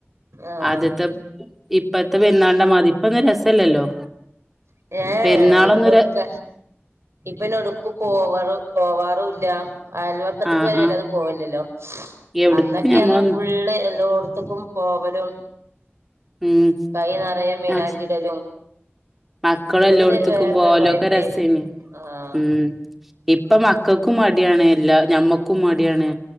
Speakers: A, on the right; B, in the centre.
A: ആഹ്
B: അദ്യത്തെ ഇപ്പത്തെ പെരുന്നാൾ ന്റെ മാതിരി ഇപ്പൊന്നും രസല്ലല്ലോ
A: ഏഹ്
B: പെരുന്നാളൊന്നും
A: ഏഹ് ഇപ്പൊട്ക്ക
B: ര
A: ഇപ്പയ്ന് എവ്ട്ക്കും പോവറ് പോവാറൂല്ല അയൽവക്കത്ത്ക്ക്
B: ആ
A: വെരെ
B: ആ
A: വെല്ലാതെ പോവൽല്ലല്ലോ
B: എവിടക്കും
A: അന്നൊക്കെർഞാ
B: ഞമ്മളൊന്നും
A: ഫുള്ള് എല്ലോട്ത്ത്ക്കും പോവലും
B: ഉം
A: കൈ നെറയെ മൈലാഞ്ചിടലും
B: അ മക്കളും
A: അതൊക്കെ
B: എല്ലോട്ത്ത്ക്കും
A: ഒരു വേറൊരു
B: പോവലും
A: വൈബേനി
B: ഒക്കെ രസേനി
A: ആഹ്
B: ഉം ഇപ്പം മക്കക്കും മടിയാണ് എല്ലാ ഞമ്മക്കും മടിയാണ്